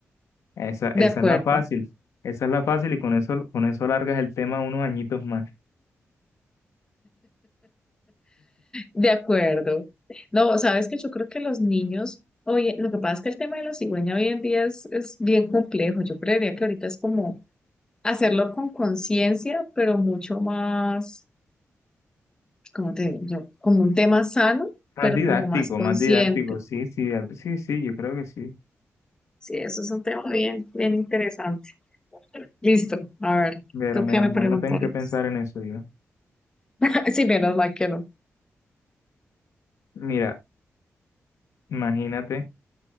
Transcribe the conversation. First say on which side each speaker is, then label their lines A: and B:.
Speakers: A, on the left; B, on the left.
A: Esa, esa
B: de acuerdo.
A: es la fácil, esa es la fácil y con eso, con eso alargas el tema unos añitos más.
B: De acuerdo. No, sabes que yo creo que los niños, oye, lo que pasa es que el tema de la cigüeña hoy en día es, es bien complejo. Yo creería que ahorita es como hacerlo con conciencia, pero mucho más, ¿cómo te digo yo? Como un tema sano,
A: Más
B: pero
A: didáctico,
B: como más consciente.
A: más didáctico, sí, sí, al- sí, sí, yo creo que sí.
B: Sí, eso es un tema bien, bien interesante. Listo. A ver,
A: Pero
B: ¿tú
A: menos
B: qué me
A: mal
B: preguntarías?
A: no tengo que pensar en eso yo.
B: <laughs> Sí, menos mal que no.
A: Mira, imagínate